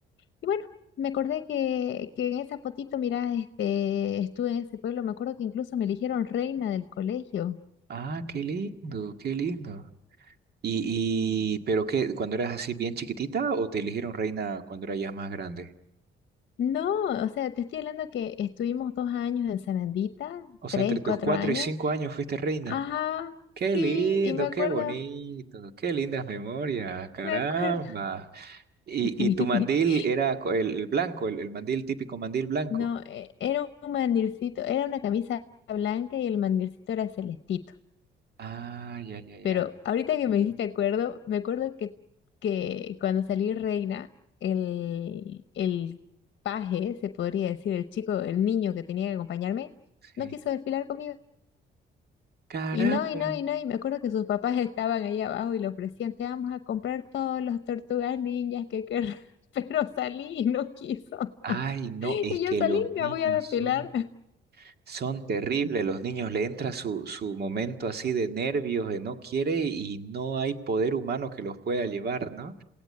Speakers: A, on the left (about 60°); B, on the right (about 55°).
A: Y bueno, me acordé que, que en esa fotito, mira, este, estuve en ese pueblo, me acuerdo que incluso me eligieron reina del colegio.
B: Ah, qué lindo, qué lindo. Y, y, pero qué, ¿cuando eras así bien chiquitita o te eligieron reina cuando eras ya más grande?
A: No, o sea, te estoy hablando que estuvimos dos años en Sanandita,
B: O sea,
A: tres,
B: entre tus
A: cuatro
B: cuatro
A: años.
B: y cinco años fuiste reina.
A: Ajá,
B: Qué
A: sí,
B: lindo,
A: y me acuerdo,
B: qué bonito, qué lindas memorias, caramba.
A: me acuerdo.
B: Y,
A: <laughs>
B: y tu mandil era co- el, el blanco, el, el mandil típico mandil blanco.
A: No, eh, era un mandilcito, era una camisa blanca y el mandilcito era celestito.
B: Ah, ya, ya, ya.
A: Pero ahorita que me hiciste acuerdo, me acuerdo que, que cuando salí reina, el, el paje, se podría decir, el chico, el niño que tenía que acompañarme,
B: Sí.
A: no quiso desfilar conmigo.
B: Caramba.
A: Y no, y no, y no, y me acuerdo que sus papás estaban ahí abajo y le ofrecían, te vamos a comprar todos los tortugas niñas que querrás, <laughs> pero salí y no quiso.
B: Ay, no,
A: Y
B: es que
A: yo salí,
B: los niños
A: me voy a depilar.
B: son, son terribles, los niños le entra su, su momento así de nervios, de no quiere y no hay poder humano que los pueda llevar, ¿no?